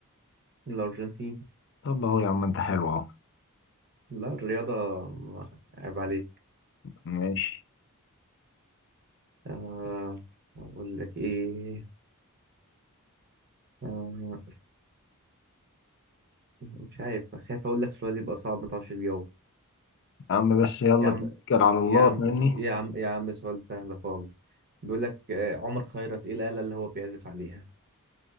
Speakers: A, on the right; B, on the left.
A: الأرجنتين
B: طب اهو يا عم انت حلو اهو
A: لا الرياضة ما- عيب عليك
B: ماشي
A: آه أقول لك إيه آه مش عارف خايف أقول لك سؤال يبقى صعب ما تعرفش تجاوب
B: يا عم بس يلا
A: يا عم
B: توكل على الله
A: يا عم
B: فاهمني
A: يا عم يا عم سؤال سهل خالص بيقول لك آه، عمر خيرت إيه الآلة اللي هو بيعزف عليها